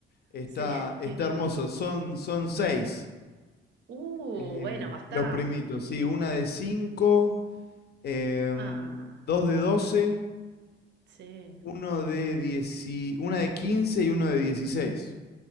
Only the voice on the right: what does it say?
Sí.
<laughs>
Uh,
bueno, bastante.
Ah,
sí.